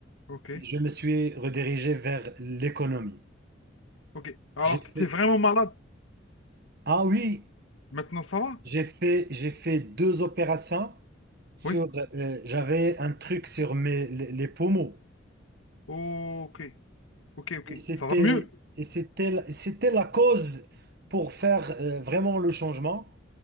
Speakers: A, on the left; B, on the right.
A: Ok.
B: Et Je me suis redirigé vers l'économie.
A: Ok. Alors,
B: J'ai fait,
A: tu étais vraiment malade.
B: ah oui,
A: Maintenant, ça va?
B: j'ai fait, j'ai fait deux opérations sur,
A: Oui.
B: euh, j'avais un truc sur mes, les les poumons.
A: Ok. Ok. Ok.
B: Et c'était,
A: Ça va mieux?
B: et c'était, c'était la cause pour faire euh, vraiment le changement.